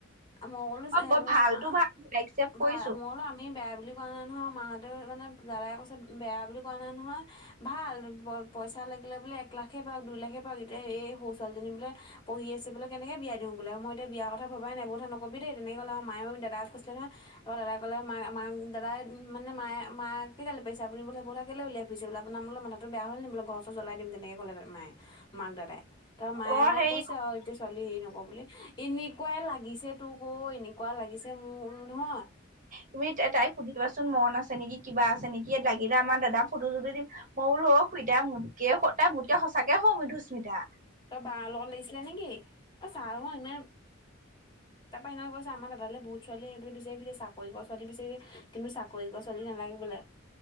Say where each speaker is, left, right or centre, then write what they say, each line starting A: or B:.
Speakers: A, on the left (about 25°); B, on the right (about 40°).
A: মই ক'লো,
B: অ বৰ ভালতো
A: মা
B: ভাল একচেপ্ট
A: ভা
B: কৰিছো
A: মই বোলো আমি বেয়া বুলি কোৱা নাই নহয় মাহঁতেও, মানে দাদাই কৈছে বেয়া বুলি কোৱা নাই নহয়। ভাল, প-পইচা লাগিলে বোলে এক লাখে পাওক, দুই লাখে পাওক, এতিয়া এই সৰু ছোৱালী বোলে পঢ়ি আছে বোলে কেনেকে বিয়া দিওঁ বোলে। মই এতিয়া বিয়াৰ কথা ভবাই নাই, এইবোৰ কথা নকবি তেনেকে ক'লে আৰু মায়ে দাদাক কৈছিলে নহয় তাৰপৰা দাদাই ক'লে মাক-মাক দাদাই মানে মা-মাকে গে পাইছে <unintelligible> বোলে বোহ কেলৈ উলাইৰিছেলে আোনাৰো মথাটো বয়া হ'লে বোলে ঘৰ জ্বাই দি তেনেকে ক'লে মায়ে, মাক দাদাই ত' মায়ে
B: অ
A: আৰু
B: সেই
A: কৈছে আৰু এতিয়া ছোৱালী হেৰি নকৰো বুলি এনেকুৱাই লাগিছে তোক, এনে কোৱা লাগিছে, মোৰ নহয়।
B: তুমি তাইক সুধিবাচোন মন আছে নেকি, কিবা আছে নেকি। ইয়াত লাগিলে, আমাৰ দাদা ফটো চটো দিম। মই বোলো <unintelligible> মোতকে তাই মোতকে সঁচাকে সৰু মিধুস্মিতা।
A: তই বা লগত লাগিছিলে নেকি, অ' চাহ ম ইমান তাৰপা এনেকে কৈছে আমাৰ দাদালে বহুত ছোৱালী আহিবলৈ বিচাৰি ফুৰিছে, চাকৰি কৰা ছোৱালী বিচাৰিছে কিন্তু, চাকৰি কৰা ছোৱালী নালাগে বোলে।